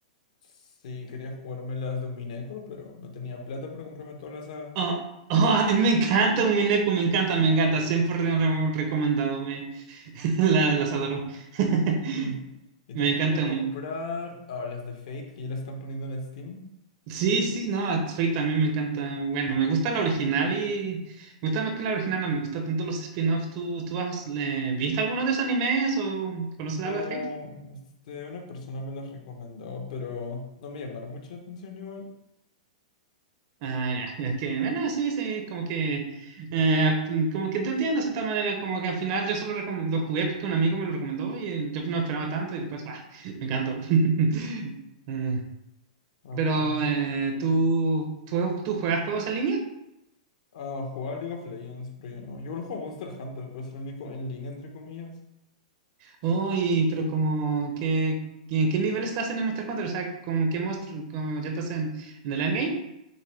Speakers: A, on the left; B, on the right.
A: Sí, quería jugarme las de un pero no tenía plata para comprarme toda la saga.
B: Ah, ay, me encanta un Mineco, me encanta, me encanta. Siempre re- re- recomendado, me, <laughs> la- las adoro. <laughs>
A: <laughs> Y
B: Me
A: también
B: encanta
A: quería comprar
B: un
A: ah, las de Fate, que ya las están poniendo en Steam.
B: Sí, sí, no, Fate también me encanta. Bueno, me gusta la original y me gusta más que la original, no me gusta tanto los spin-offs. ¿Tú, tú has, le- viste alguno de esos animes o conoces
A: No,
B: algo de Fate?
A: este, una persona me las recomendó, pero no me llamaron mucho la atención igual.
B: Ah, ya, ya que, bueno, sí, sí, como que, eh, mm, como que te entiendo de cierta manera, como que al final yo solo recom- lo jugué porque un amigo me lo recomendó y eh, yo no esperaba tanto y después, bah, me encantó. <laughs> Eh,
A: A
B: pero,
A: ver.
B: eh, ¿tú, tú, tú juegas juegos en línea?
A: Ah, jugaba League of Legends, pero yo no. Yo igual juego Monster Hunter, pero es el único en línea, entre comillas.
B: Uy, pero como que, ¿en qué nivel estás en el Monster Hunter? O sea, como qué monstruo, como ya estás en, en el endgame?